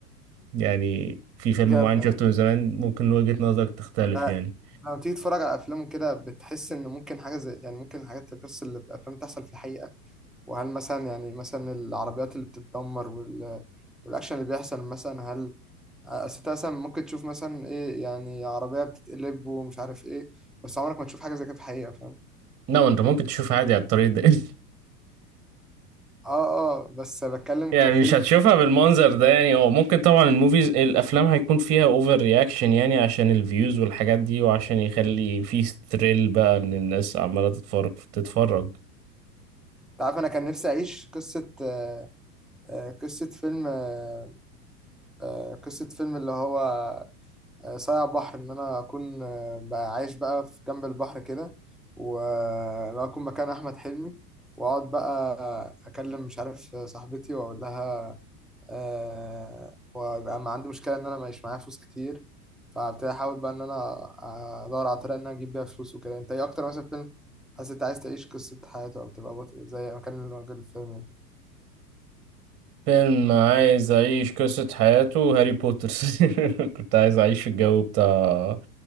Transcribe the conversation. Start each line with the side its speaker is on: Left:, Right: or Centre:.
Right: يعني في فيلم
Centre: جاب
Right: معين
Centre: ايوه
Right: شفته من زمان ممكن وجهة نظرك تختلف
Centre: آه،
Right: يعني
Centre: لما بتيجي تتفرج على افلام كده بتحس ان ممكن حاجه زي يعني ممكن الحاجات القصص اللي في الافلام تحصل في الحقيقه وهل مثلا يعني مثلا العربيات اللي بتتدمر وال... والأكشن اللي بيحصل مثلا هل آه، أصل أنت مثلا ممكن تشوف مثلا إيه يعني عربية بتتقلب ومش عارف إيه بس عمرك ما تشوف حاجة زي كده في الحقيقة فاهم
Right: لا انت ممكن تشوف عادي على الطريق ده <laughs>
Centre: آه آه بس بتكلم
Right: يعني
Centre: كفيلم
Right: مش هتشوفها بالمنظر ده يعني هو ممكن طبعا الموفيز الافلام هيكون فيها اوفر رياكشن يعني عشان الفيوز والحاجات دي وعشان يخلي في ستريل بقى ان الناس عماله تتفرج تتفرج
Centre: أنت عارف أنا كان نفسي أعيش قصة آه، آه، قصة فيلم آه، آه، قصة فيلم اللي هو آه، ساعة بحر إن أنا أكون آه، بقى عايش بقى في جنب البحر كده ولو أكون مكان أحمد حلمي وأقعد بقى آه، أكلم مش عارف صاحبتي وأقول لها أه ويبقى ما عندي مشكلة إن أنا معيش معايا فلوس كتير فابتدي أحاول بقى إن أنا آه، أدور على طريقة إن أنا أجيب بيها فلوس وكده أنت إيه أكتر مثلا فيلم حاسس أنت عايز تعيش قصة حياته أو تبقى بطل زي مكان الراجل الفيلم
Right: فيلم عايز اعيش قصة حياته هاري بوتر <laughs> كنت عايز اعيش في الجو بتاع